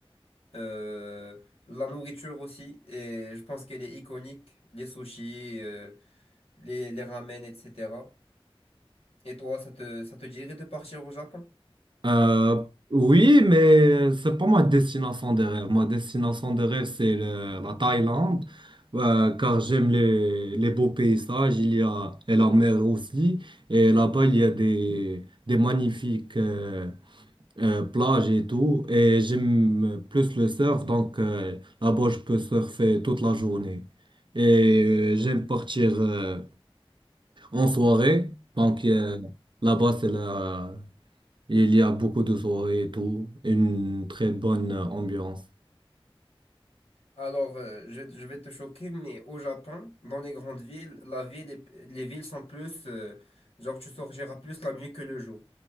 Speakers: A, on the left; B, on the right.
A: euh, la nourriture aussi. Et je pense qu'elle est iconique. Les sushis, euh, les, les ramen, etc. Et toi, ça te, ça te dirait de partir au Japon?
B: Euh, oui, mais c'est pas ma destination de rêve. Ma destination de rêve, c'est le- la Thaïlande, euh, car j'aime les, les beaux paysages. Il y a et la mer aussi. Et là-bas, il y a des, des magnifiques euh, euh, plages et tout. Et j'aime plus le surf, donc euh, là-bas, je peux surfer toute la journée. Et euh, j'aime partir. euh, en soirée. Donc euh, là-bas, c'est là, il y a beaucoup de soirées et tout, une très bonne euh, ambiance.
A: Alors, euh, je, je vais te choquer, mais au Japon, dans les grandes villes, la ville est- les villes sont plus, euh, genre tu sortiras plus la nuit que le jour.